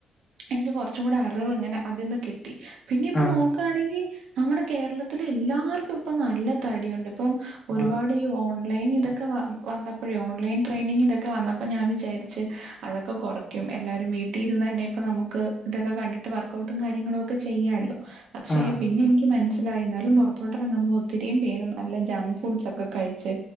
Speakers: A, on the right; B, on the left.
A: എൻക്ക് കൊർച്ചും കൂടെ അറിവ് ഇങ്ങനെ അതൊന്ന് കിട്ട പിന്നെ ഇപ്പ
B: ആഹ്
A: നോക്കയാണെങ്കിൽ നമ്മുടെ കേരളത്തി എല്ലാർക്കും ഇപ്പ നല്ല തടിയുണ്ട് ഇപ്പം ഒരുപാട്
B: ആഹ്
A: ഓൺ ഓൺലൈൻ ഇതൊക്കെ വന്നപ്പോഴേ ഓൺലൈൻ ട്രെയിനി ഇതൊക്കെ വന്നപ്പോ ഞാൻ വിചാരിച്ച് അതൊക്കെ കുറക്കും എല്ലാവരും വീട്ടിൽ ഇരുന്ന് തന്നെ ഇപ്പ നമുക്ക് ഇതൊക്കെ കണ്ടി്ട്ട് വർക് വർക്കൗട്ടും കാര്ങ്ങള ഒക്കെ ചെയ്യാലോ പക്ഷെ
B: ആഹ്
A: പിന്നെ എനിക്ക് മനസ് ാലും പുറത്തോട്ട ഇറങ്ങുമ്പോ ഒത്തിരിയും പേര് നല്ല ജക് ഫുഡ്സ് ഒക്കെ കഴിച്ച്